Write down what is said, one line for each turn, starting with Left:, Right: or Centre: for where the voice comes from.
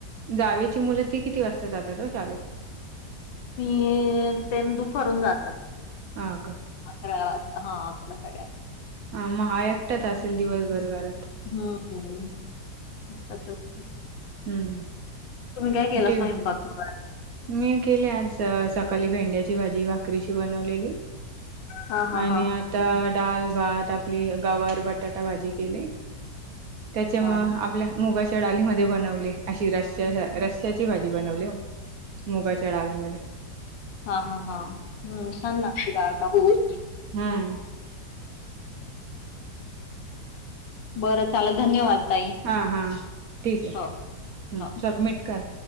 Right: जावेची मुलं ती किती वाजता जातात ओ शालेत.
Left: हम्म ते दुपारून जातात
Right: हा का
Left: अकरा वाजता हा अकरा साडे अकरा
Right: हा मग हा एकटाच असेल
Left: हम्म
Right: दिवसभर घरात.
Left: हम्म एकटाच असतो.
Right: हम्म
Left: तुम्ही काय केला
Right: ठीक
Left: स्वयंपाक
Right: आहे.
Left: मग आज.
Right: मी केले आज सकाली भेंड्याची भाजी भाकरीशी बनवलेली
Left: हा हा
Right: आणि
Left: हा.
Right: आता डाल, भात आपली गवार, बटाटा भाजी केली. त्याच्या
Left: हा
Right: मग आपल्या मुगाच्या डालीमध्ये बनवले अशी रस्याच्या रश्श्याची भाजी बनवली ओ मुगाच्या डाळीमध्ये.
Left: हा हा हा. हम्म छान लागती डाळ टाकून.
Right: हम्म.
Left: बर चाललं धन्यवाद. ताई
Right: हा हा ठिक आहे.
Left: हो
Right: हम्म
Left: हो.
Right: सबमिट कर.